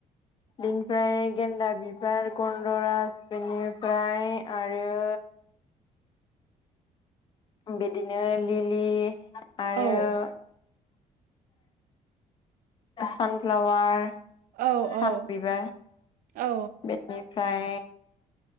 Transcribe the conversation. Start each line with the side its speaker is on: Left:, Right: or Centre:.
Left: बेनिफ्राय गेन्दा बिबार, गन्दराज बेनिफ्राय आरो बिदिनो लिलि आरो
Right: औ
Left: सानफ्लाावार।
Right: औ औ
Left: सानबिबार
Right: औ
Left: बे बेनिफ्राय